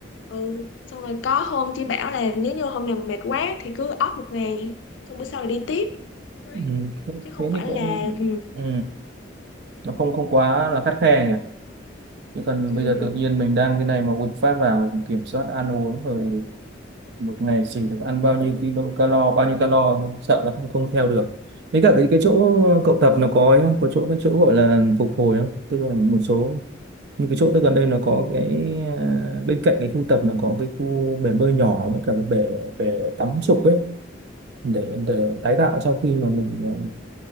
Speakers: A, on the left; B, on the right.
A: ừ xong rồi có hôm chị bảo là nếu như hôm nào mệt quá thì cứ off một ngày xong bữa sau là đi tiếp Đấy.
B: ừ thế
A: chứ không
B: thế
A: phải
B: thì cũng
A: là ừ,
B: ừ. nó không không quá là khắt khe nhỉ chứ còn
A: ừ,
B: bây giờ tự nhiên mình đang cái này mà quật phát vào kiểm soát ăn uống rồi một ngày chỉ được ăn bao nhiêu kilo calo bao nhiêu calo sợ là không không theo được với cả cái cái chỗ cậu tập nó có ấy không có chỗ cái chỗ gọi là phục hồi không tức là một số như cái chỗ tôi gần đây nó có cái à, bên cạnh cái khu tập nó có cái khu bể bơi nhỏ với cả cái bể bể tắm sục ấy để để tái tạo sau khi mà mình à,